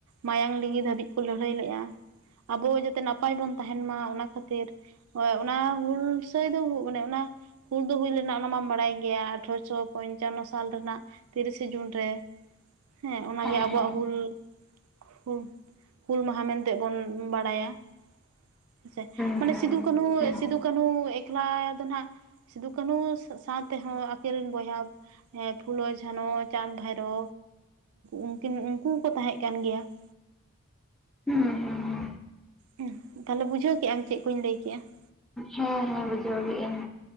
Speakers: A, on the right; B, in the centre.
A: ᱢᱟᱭᱟᱝ ᱞᱤᱸᱜᱤ ᱫᱷᱟᱹᱵᱤᱡ ᱠᱚ ᱞᱟᱹᱲᱦᱟᱹᱭ ᱞᱮᱫᱼᱟ, ᱟᱵᱚ ᱡᱟᱛᱮ ᱱᱟ ᱯᱟᱭ ᱵᱚᱱ ᱛᱟᱦᱮᱱ ᱢᱟ ᱚᱱᱟ ᱠᱷᱟᱹᱛᱤᱨ ᱾ ᱚᱱᱟ ᱦᱩᱞᱥᱟᱹᱭ ᱫᱚ ᱢᱟᱱᱮ ᱚᱱᱟ ᱦᱩᱞ ᱫᱚ ᱦᱩᱭ ᱞᱮᱱᱟ ᱚᱱᱟ ᱢᱟᱢ ᱵᱟᱲᱟᱭ ᱜᱮᱭᱟ ᱟᱴᱷᱨᱚᱥᱚ ᱯᱚᱧᱪᱟᱱᱱᱚ ᱥᱟᱞ ᱨᱮᱱᱟᱜ ᱛᱤᱨᱤᱥᱮ ᱡᱩᱱ ᱨᱮ ᱦᱮᱸ᱾ ᱚᱱᱟ ᱜᱮ
B: ᱦᱮᱸ
A: ᱟᱵᱚᱣᱟᱜ
B: ᱦᱮᱸ
A: ᱦᱩᱞ ᱾ ᱦᱩᱞ, ᱦᱩᱞ ᱢᱟᱦᱟ ᱢᱮᱱᱛᱮ ᱵᱚᱱ ᱵᱟᱰᱟᱭᱟ ᱾ ᱦᱮᱸ ᱥᱮ ᱢᱟᱱᱮ
B: ᱦᱮᱸ
A: ᱥᱤᱫᱩ ᱠᱟᱹᱱᱩ,
B: ᱦᱮᱸ
A: ᱥᱤᱫᱩᱼᱠᱟᱹᱱᱩ ᱮᱠᱞᱟ ᱫᱚ ᱱᱟᱜ ᱥᱤᱫᱩ ᱠᱟᱱᱩ ᱥᱟᱶ ᱛᱮᱦᱚᱸ ᱟᱹᱠᱤᱨ ᱨᱮᱱ ᱵᱚᱭᱦᱟ ᱦᱮᱸ ᱯᱷᱩᱞᱳ ᱡᱷᱟᱱᱚ ᱪᱟᱸᱱ ᱵᱷᱟᱭᱨᱳ ᱩᱱ ᱩᱱᱠᱩ ᱠᱚᱠᱚ ᱛᱟᱦᱮᱸᱫ ᱠᱟᱱ ᱜᱮᱭᱟ ᱾
B: ᱦᱩᱸ ᱦᱩᱸ ᱦᱩᱸ
A: ᱦᱮᱸ ᱛᱟᱦᱚᱞᱮ ᱵᱩᱡᱷᱟᱹᱣ ᱠᱮᱜ ᱟᱢ ᱪᱮᱫ ᱠᱩᱧ ᱞᱟᱹᱭ ᱠᱮᱫᱼᱟ ᱾
B: ᱦᱮᱸ, ᱦᱮᱸ ᱵᱩᱡᱷᱟᱹᱣ ᱠᱮᱫ ᱟᱹᱧ